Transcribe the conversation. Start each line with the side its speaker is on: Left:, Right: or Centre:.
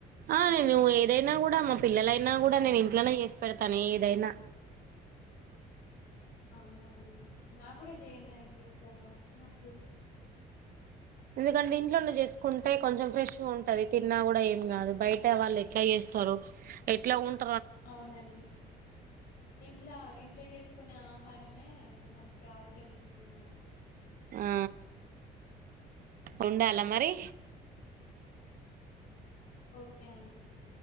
Right: ఆ నేను ఏదైనా కూడా మా పిల్లలైనా కూడా నేను ఇంట్లోనే చేసి పెడతాను ఏదైనా
Left: అవునాండి నా కూడా చేయండి అడి ఎప్పుడైనా వచ్చినప్పుడు
Right: ఎందుకంటే ఇంట్లోన్న చేసుకుంటే కొంచెం ఫ్రెష్ గా ఉంటది తిన్నా కూడా ఏం కాదు బయట వాళ్ళు ఎట్లా చేస్తారు ఎట్లా ఉంట
Left: అవునండి ఇంట్లా ఇంట్లో చేసుకునే ఆహారమే మంచి ఆరోగ్యం ఇస్తుంది మనకు
Right: ఆ ఉండాల మరి
Left: ఓకే అండి